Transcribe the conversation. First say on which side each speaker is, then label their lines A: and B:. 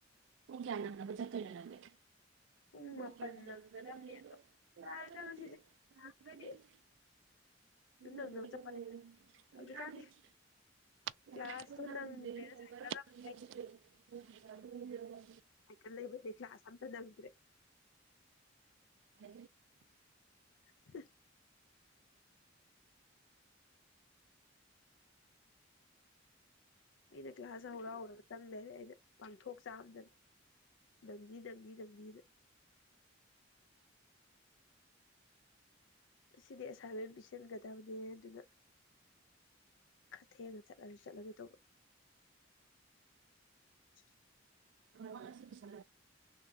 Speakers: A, on the right (about 65°); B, on the left (about 70°).
A: ꯄꯨꯡ ꯀꯌꯥ ꯅꯪꯅꯕ ꯆꯠꯇꯣꯏꯅ ꯂꯧꯒꯦ ꯎ
B: ꯄꯨꯡ ꯃꯥꯄꯟ ꯅꯪꯒꯗꯕꯅꯦ ꯑꯗꯣ ꯌꯥꯔꯦꯗ ꯉꯁꯤꯗꯤ ꯍꯥꯏꯗꯤ ꯑꯗꯨꯝ ꯅꯪꯅꯕ ꯆꯠꯄꯅꯤꯅ
A: ꯌꯥ
B: ꯍꯧꯖꯤꯛꯀꯥꯟꯗꯤ ꯀ꯭ꯂꯥꯁꯇꯣ ꯅꯪꯗ꯭ꯔꯦꯅ ꯁꯥꯏꯀꯜ ꯑꯃ ꯀ ꯂꯩꯕꯂ ꯑꯁꯝꯗ ꯅꯪ
A: ꯍ
B: <inaudible> ꯃꯤꯅ ꯀ꯭ꯂꯥꯁ ꯍꯧꯔ ꯍꯧꯔꯒ ꯆꯪ ꯂꯩꯔꯦ ꯑꯩꯅ ꯄꯥꯡꯊꯣꯛ ꯆꯥꯝꯗꯅ ꯅꯪꯅꯤ ꯅꯪꯅꯤ ꯅꯪꯅꯤꯗ ꯑꯁꯤꯗꯤ ꯑꯦꯁꯥꯏꯟꯃꯦꯟ ꯄꯤꯁꯤꯟꯒꯗꯕꯅꯦ ꯑꯗꯨꯅ ꯊꯦꯡꯉ ꯆꯠꯂꯁꯨ ꯆꯠꯂꯒꯦ ꯇꯧꯕ <inaudible>
A: ꯋꯥ ꯁꯤ ꯆ